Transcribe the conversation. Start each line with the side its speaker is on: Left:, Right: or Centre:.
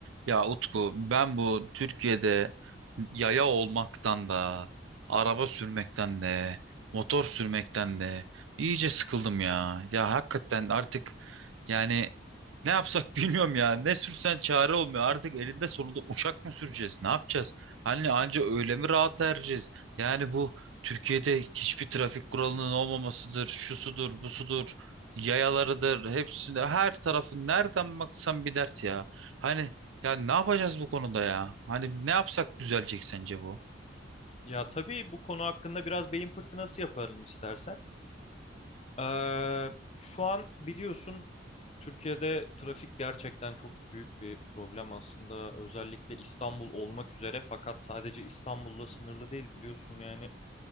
Right: Ya Utku ben bu Türkiye'de yaya olmaktan da araba sürmekten de motor sürmekten de iyice sıkıldım ya. Ya hakikaten artık yani ne yapsak <laughs> bilmiyorum ya. Ne sürsen çare olmuyor. Artık elinde sonunda uçak mı süreceğiz? Ne yapacağız? Hani anca öyle mi rahat ereceğiz? Yani bu Türkiye'de hiçbir trafik kuralının olmamasıdır. Şusudur, busudur, yayalarıdır. Hepsinde her tarafı nereden baksan bir dert ya. Hani ya ne yapacağız bu konuda ya? Hani ne yapsak düzelecek sence bu?
Left: Ya tabii bu konu hakkında biraz beyin fırtınası yapalım istersen. Ee, şu an biliyorsun Türkiye'de trafik gerçekten çok büyük bir problem aslında. Özellikle İstanbul olmak üzere fakat sadece İstanbul'la sınırlı değil biliyorsun yani.